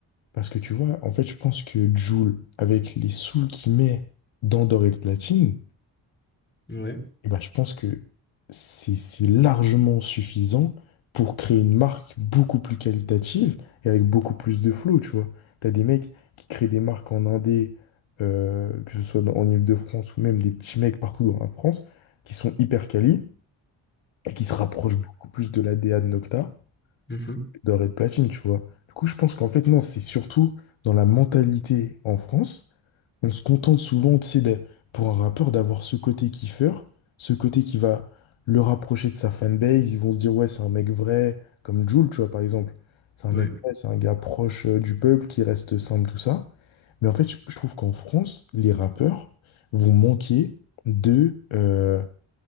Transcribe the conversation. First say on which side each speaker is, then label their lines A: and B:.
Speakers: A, on the left (about 70°); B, on the left (about 25°).
A: Parce que tu vois, en fait, je pense que Jul, avec les sous qu'il met dans Doré de Platine,
B: ouais.
A: eh ben, je pense que c'est c'est largement suffisant pour créer une marque beaucoup plus qualitative et avec beaucoup plus de flow, tu vois. T'as des mecs qui créent des marques en Indé, euh, que ce soit dans- en Île-de-France ou même des petits mecs partout dans la France, qui sont hyper quali et qui se rapprochent beaucoup plus de la D A de Nocta,
B: Mhm.
A: de Red Platine, tu vois. Du coup, je pense qu'en fait, non, c'est surtout dans la mentalité en France on se contente souvent, tu sais, de- pour un rappeur, d'avoir ce côté kiffeur, ce côté qui va le rapprocher de sa fanbase. Ils vont se dire, ouais, c'est un mec vrai, comme Jul, tu vois, par exemple. C'est un
B: Ouais.
A: mec vrai, c'est un gars proche euh, du peuple qui reste simple, tout ça. Mais en fait, je je trouve qu'en France, les rappeurs vont manquer de, euh,